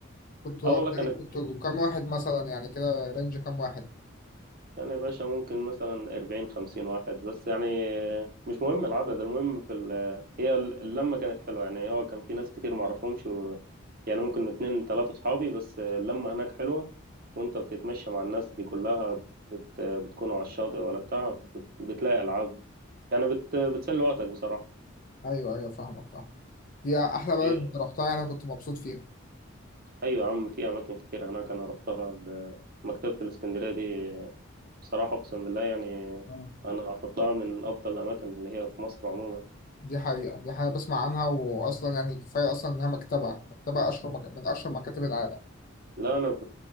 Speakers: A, on the left; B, on the right.
A: كنت
B: اه والله كانت
A: كنت كام واحد مثلا يعني كده رينج كام واحد
B: كان يا باشا ممكن مثلا أربعين خمسين واحد بس يعني مش مهم العدد المهم في ال... هي ال- اللمة كانت حلوة يعني هو كان في ناس كتير معرفهمش و... يعني ممكن اتنين تلاتة صحابي بس اللمة هناك حلوة وانت بتتمشى مع الناس دي كلها بت... بتكونوا على الشاطئ ولا بتاع بت... بتلاقي ألعاب يعني بت... بتسلي وقتك بصراحة
A: ايوه ايوه فاهمك فاهم دي احلى بلد
B: إيه،
A: انت رحتها يعني، انا كنت مبسوط فيها
B: أيوة يا عم في أماكن كتير هناك أنا رحتها ال- مكتبة الإسكندرية دي بصراحة أقسم بالله يعني
A: آه.
B: أنا أحطها من أفضل الأماكن اللي هي في مصر عموما
A: دي حقيقة دي حاجة بسمع عنها وأصلا يعني كفاية أصلا إنها مكتبة مكتبة أشهر مك... من أشهر مكاتب العالم
B: لا انا ب...